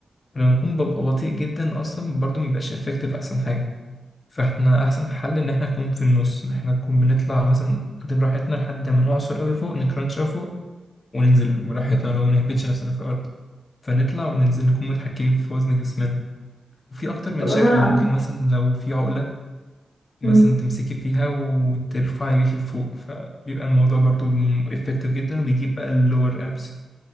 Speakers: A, on the left; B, on the left.
A: ولما أكون ببقى بطيء جدا أصلا برضه مبيبقاش إفكتيف أحسن حاجة فإحنا أحسن حل إن إحنا نكون في النص إن إحنا نكون بنطلع مثلا واخدين راحتنا لحد ما نعصر أوي فوق نكرانش أوي فوق وننزل براحتنا ولو ما نهبطش نفسنا في الأرض فنطلع وننزل نكون متحكمين في وزن جسمنا في اكتر من
B: طب
A: شكل
B: انا
A: ممكن مثلا لو في عقلة مثلا
B: مم.
A: تمسكي فيها وترفعي رجلك لفوق فبيبقى الموضوع برضو افكتيف جدا وبيجيب بقى اللور ابس